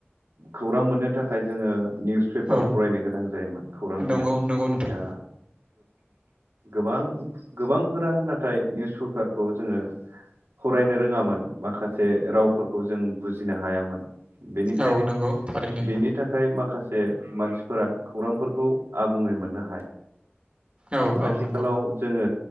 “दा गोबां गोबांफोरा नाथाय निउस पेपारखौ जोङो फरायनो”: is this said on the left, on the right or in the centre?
Right